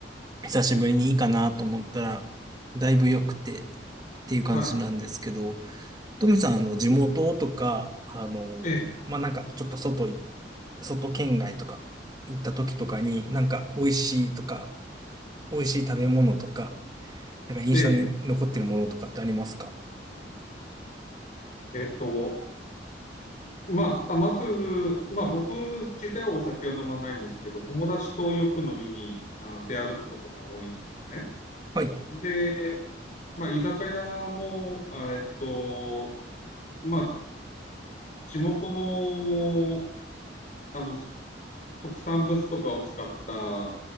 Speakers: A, on the right (about 25°); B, on the left (about 45°).
A: 久しぶりにいいかなと思ったら、だいぶ良くてっていう感じなんですけど、
B: はい。
A: トミさん、あの、地元とか、あのまあなんかちょっと外い、
B: ええ、
A: 外県外とか行った時とかに、なんか美味しいとか、美味しい食べ物とか、なんか印象に残ってるものとかってありますか
B: ええ。えっと、まあ、玉粒、まあ、僕自体はお酒は飲まないんですけど、友達とよく飲みにあの出歩くことが多いんですね。
A: はい、
B: で、まあ、居酒屋も、あえっと、まあ、地元の、あの特産物とかを使った